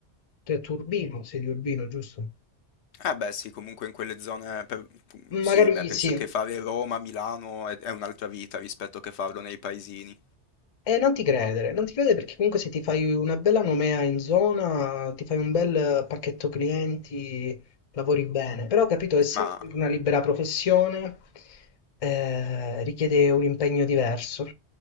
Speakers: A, on the left; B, on the left.
A: tu tu Urbino, sei di Urbino, giusto?
B: Eh beh sì, comunque in quelle zone... per- Sì,
A: Magari
B: beh, penso
A: sì.
B: che fare Roma, Milano è, è un'altra vita rispetto che farlo nei paesini.
A: E non ti credere, non ti credere perché comunque se ti fai una bella nomea in zona, ti fai un bel pacchetto clienti, lavori bene. Però, capito, essendo
B: Ma,
A: sempre una libera professione, eh, richiede un impegno diverso.